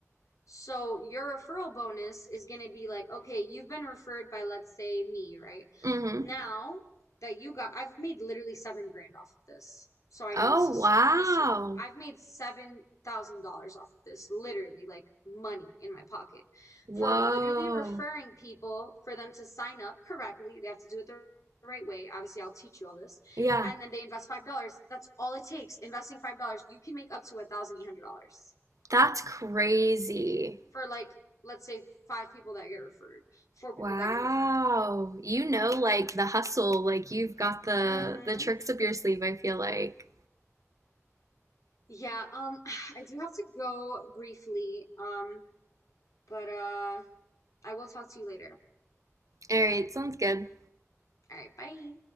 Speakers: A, on the left; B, on the right.
A: So your referral bonus is going to be like, okay, you've been referred by, let's say, me, right?
B: hmm
A: Now that you got, I've made literally seven grand off of this. So I
B: Oh,
A: know this is
B: wow.
A: this. I've made seven thousand dollars off of this, literally, like money in my pocket,
B: Whoa.
A: for literally referring people for them to sign up correctly. They have to do it the right way. Obviously, I'll teach you all this,
B: Yeah,
A: and then they invest five dollars. That's all it takes. Investing five dollars, you can make up to a thousand eight hundred dollars
B: that's crazy.
A: for like let's say five people that get referred, four people
B: Wow.
A: that get referred.
B: You know, like the hustle, like you've got the
A: Mm-hmm.
B: the tricks up your sleeve, I feel like.
A: Yeah, um, <sighs> I do have to go briefly, um, but uh, I will talk to you later.
B: All right, sounds good.
A: All right, bye.